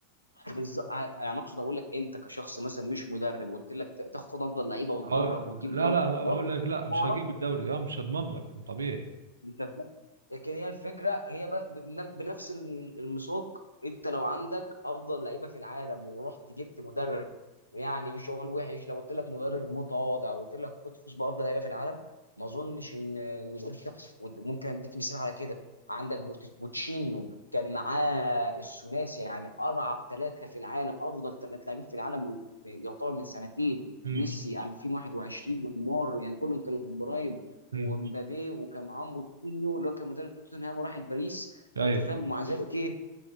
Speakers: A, on the left; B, on the right.
A: بالز... يعني اقصد اقول لك انت كشخص مثلا مش مدرب وقلت لك تاخد افضل لعيبه وتدرب
B: أو...
A: وتجيب
B: لا
A: دوري
B: لا هقول
A: الابطال
B: لك لا مش
A: تعرف
B: هجيب الدوري اه مش هضمن لك طبيعي
A: انت لكن هي الفكره هي ب- بن- بنفس المساق انت لو عندك افضل لعيبه في العالم ورحت جبت مدرب يعني مش هقول وحش لو قلت لك مدرب متواضع وقلت لك خد فوز بافضل لعيبه في العالم ما اظنش ان ان ده شخص ممكن اديك مثال على كده عندك بوت- بوتشينيو كان معاه الثلاثي يعني ارعب ثلاثه في العالم افضل ثلاث لاعبين في العالم يعتبر من سنتين
B: امم
A: ميسي 2021 ونيمار يعني كلهم كانوا في البرايم
B: امم
A: ومبابي وكان معاهم مورينيو اللي هو كان مدرب توتنهام وراح لباريس
B: ايوه
A: انت فاهم مع ذلك ايه